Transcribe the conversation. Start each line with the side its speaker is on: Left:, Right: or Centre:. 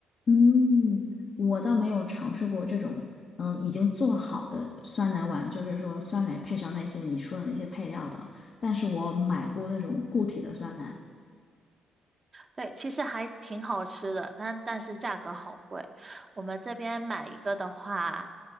Left: 嗯，我倒没有尝试过这种，嗯，已经做好的酸奶碗，就是说酸奶配上那些你说的那些配料的。但是我买过那种固体的酸奶，
Right: 对，其实还挺好吃的，但但是价格好贵。我们这边买一个的话，